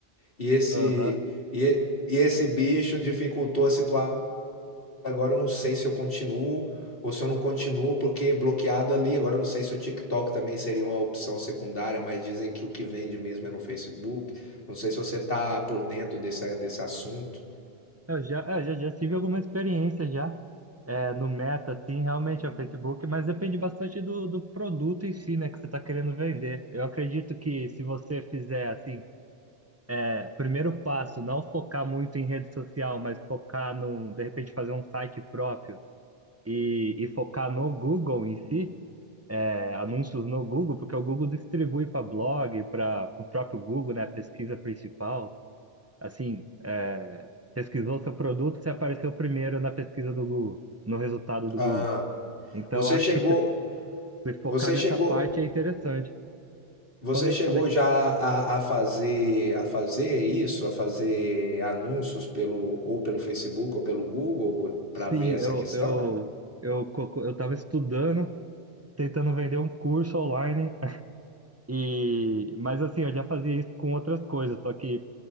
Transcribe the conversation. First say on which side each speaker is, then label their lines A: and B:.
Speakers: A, on the left; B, on the right.
A: e esse
B: Aham.
A: e, e esse bicho dificultou a situação agora eu não sei se eu continuo ou se eu não continuo, porque bloqueado ali. Agora eu não sei se o TikTok também seria uma opção secundária, mas dizem que o que vende mesmo é no Facebook. Não sei se você tá por dentro desse, desse assunto.
B: Eu já, é, já, já tive alguma experiência já é, no Meta, assim, realmente é o Facebook, mas depende bastante do, do produto em si, né, que você está querendo vender. Eu acredito que se você fizer, assim, é, primeiro passo, não focar muito em rede social, mas focar num, de repente, fazer um site próprio e, e focar no Google em si, é, anúncios no Google, porque o Google distribui para blog, para o próprio Google, né, a pesquisa principal. Assim, é, pesquisou seu produto, você apareceu primeiro na pesquisa do Google, no resultado do
A: Ah,
B: Google. Então,
A: você
B: acho
A: chegou,
B: que se, se focar
A: você
B: nessa
A: chegou,
B: parte é interessante.
A: você
B: Falei,
A: chegou
B: falei.
A: já a, a fazer a fazer isso, a fazer anúncios pelo ou pelo Facebook ou pelo Google para
B: Sim,
A: ver essa
B: eu,
A: questão?
B: eu, eu, co- eu estava estudando, tentando vender um curso online, e, mas assim, eu já fazia isso com outras coisas, só que